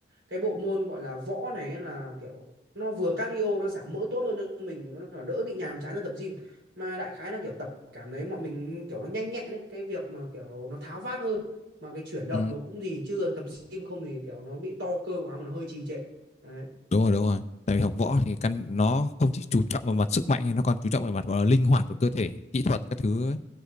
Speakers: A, on the right; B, on the left.
A: cái bộ môn gọi là võ này ấy là kiểu nó vừa cardio nó giảm mỡ tốt hơn cho mình nó đỡ bị nhàm chán ở tập gym mà đại khái là kiểu tập cảm thấy mọi mình kiểu nó nhanh nhẹn đấy cái việc mà kiểu nó tháo vát hơn mà cái chuyển động
B: Ừ.
A: nó cũng gì chứ còn tập gym không thì kiểu nó bị to cơ quá mà nó hơi trì trệ đấy.
B: đúng rồi đúng rồi tại vì học võ thì căn nó không chỉ chú trọng vào mặt sức mạnh nó còn chú trọng vào mặt gọi là linh hoạt của cơ thể kỹ thuật các thứ ấy.